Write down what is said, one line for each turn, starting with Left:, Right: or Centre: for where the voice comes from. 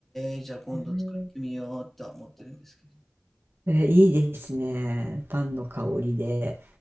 Centre: えー、じゃあ今度作ってみようとは思ってるんですけど。
Right: へーえーいいですね。パンの香りで。